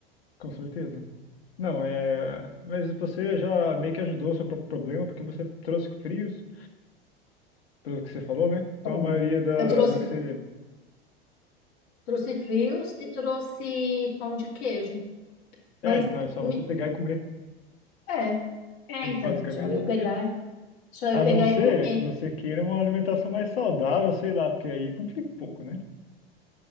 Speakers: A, on the left; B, on the left.
A: com certeza. Não, é... Mas você já meio que ajudou o seu próprio problema, porque você trouxe frios, pelo que você falou, né? Então
B: Bom,
A: a maioria da...
B: Eu trouxe,
A: do que você...
B: trouxe frios e trouxe pão de queijo.
A: É,
B: Mas
A: então é só
B: me-
A: você pegar e comer,
B: é, é
A: basicamente.
B: então, só eu pegar, só eu
A: A
B: pegar
A: não ser
B: e comer.
A: que você queira uma alimentação mais saudável, sei lá, porque aí complica um pouco, né?